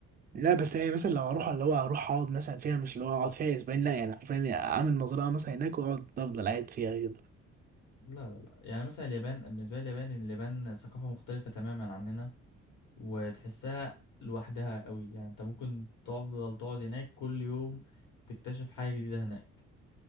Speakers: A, on the right; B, on the left.
A: لا بس يعني مثلا لو اروح اللي هو اروح اقعد مثلا فيها مش اللي هو اقعد فيها اسبوعين لا يعني حرفيا يعني اعمل مزرعه مثلا هناك واقعد افضل قاعد فيها كده
B: لا لا لا يعني مثلا اليابان بالنسبة لي اليابان اليابان ثقافة مختلفة تماما عننا وتحسها لوحدها قوي يعني انت ممكن تفضل تقعد هناك كل يوم تكتشف حاجة جديدة هناك